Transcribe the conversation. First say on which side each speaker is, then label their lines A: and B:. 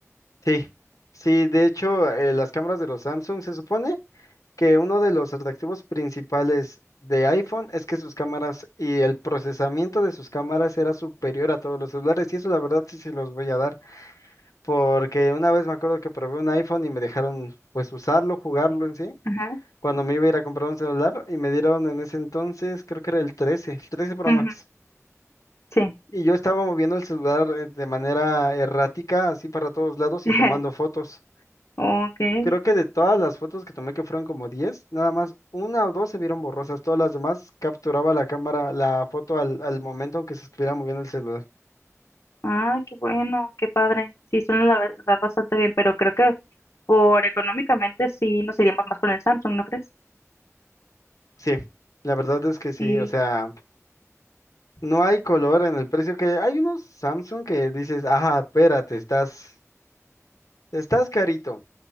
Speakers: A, on the left (about 90°); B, on the left (about 65°).
A: Sí, sí, de hecho, eh, las cámaras de los Samsung se supone que uno de los atractivos principales de iPhone es que sus cámaras y el procesamiento de sus cámaras era superior a todos los celulares y eso la verdad sí se los voy a dar porque una vez me acuerdo que probé un iPhone y me dejaron pues usarlo, jugarlo en sí,
B: Ajá,
A: cuando me iba a ir a comprar un celular y me dieron en ese entonces creo que era el 13, el 13 Pro
B: ujú,
A: Max.
B: sí.
A: Y yo estaba moviendo el celular eh, de manera errática, así para todos lados
B: <laughs>
A: y tomando fotos.
B: Ok.
A: Creo que de todas las fotos que tomé, que fueron como 10, nada más una o dos se vieron borrosas. Todas las demás capturaba la cámara, la foto al, al momento aunque se estuviera moviendo el celular.
B: Ah, qué bueno, qué padre. Sí, suena la verdad bastante bien, pero creo que por económicamente sí nos iríamos más con el Samsung, ¿no crees?
A: Sí, la verdad es que sí.
B: Sí,
A: O sea, no hay color en el precio que hay unos Samsung que dices, ajá, espérate, estás, estás carito.